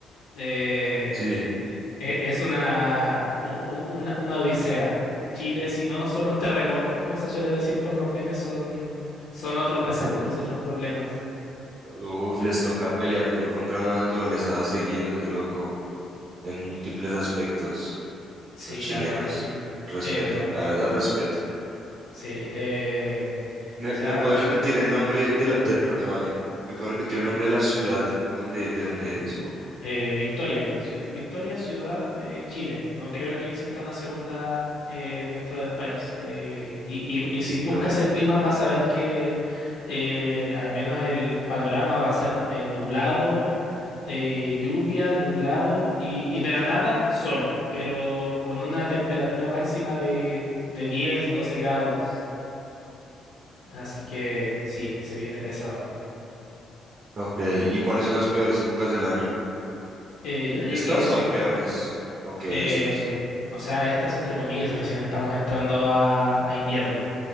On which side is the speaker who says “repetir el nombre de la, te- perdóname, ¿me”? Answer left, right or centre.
Right